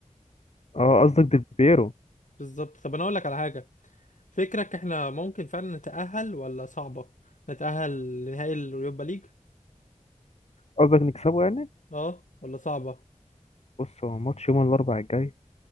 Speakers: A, on the left (about 55°); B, on the left (about 75°).
A: اه قصدك ديل بيرو
B: بالظبط طب انا اقول لك على حاجة فكرك احنا ممكن فعلا نتأهل ولا صعبة نتأهل لنهائي اليوروبا ليج
A: قصدك نكسبه يعني
B: اه ولا صعبة
A: بص هو ماتش يوم الاربعاء الجاي